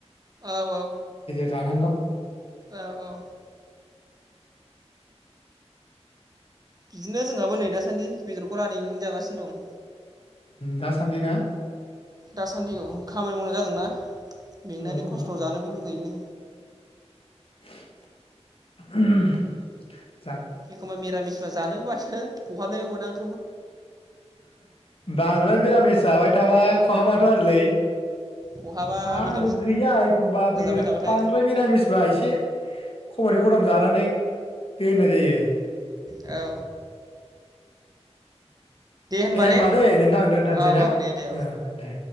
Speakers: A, on the right; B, on the left.
A: औ औ।
B: जानांगौ।
A: औ औ। बिदिनो जोंहाबो नै दासान्दि बेदरखौ <unintelligible> जागासिनो दं।
B: दासान्दि ना।
A: दासान्दि औ खामानि मावनाय जादोंना। मेंनानै
B: औ
A: खस्थ'
B: औ
A: जानोबो लुगैयो।
B: <unintelligible>
A: एखमबा मिरामिस जानो <unintelligible> खहाबनायबो मोना आं।
B: बांद्राय मिरामिस जाबाय थाबा खहाबाथ' आरोलै
A: खहाबा
B: आंबो
A: बेदर
B: गैया एखमबा
A: जाबाय थाबाथाय
B: बांद्राय निरामिसबा एसे खबनै खबथाम जानानै दोननाय जायो।
A: औ। होनबा
B: दे होमबा
A: ने
B: दैे नोंथां दोनथ'सै
A: औ
B: ना औ
A: दे दे
B: दे।